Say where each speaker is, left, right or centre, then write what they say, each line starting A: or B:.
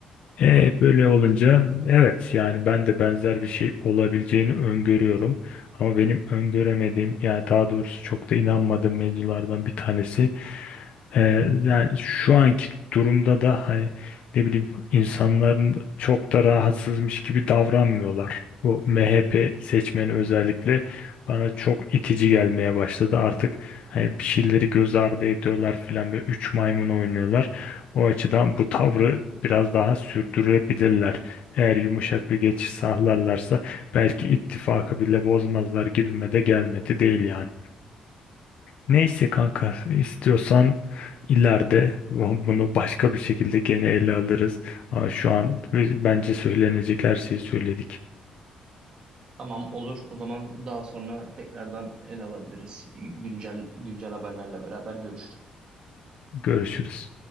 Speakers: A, on the left (about 55°); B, on the right (about 40°).
A: E, böyle olunca evet yani ben de benzer bir şey olabileceğini öngörüyorum. Ama benim öngöremediğim yani daha doğrusu çok da inanmadığım mevzulardan bir tanesi ee, yani şu anki durumda da hani ne bileyim insanların çok da rahatsızmış gibi davranmıyorlar. Bu MHP seçmeni özellikle bana çok itici gelmeye başladı. Artık hani bir şeyleri göz ardı ediyorlar filan ve üç maymun oynuyorlar. O açıdan bu tavrı biraz daha sürdürebilirler. Eğer yumuşak bir geçiş sağlarlarsa belki ittifakı bile bozmazlar gibime de gelmedi değil yani. Neyse kanka istiyorsan ileride bu- bunu başka bir şekilde gene ele alırız. Ama şu an biz- bence söylenecek her şeyi söyledik.
B: Tamam olur. O zaman daha sonra tekrardan ele alabiliriz. Güncel güncel haberlerle beraber görüşürüz.
A: Görüşürüz.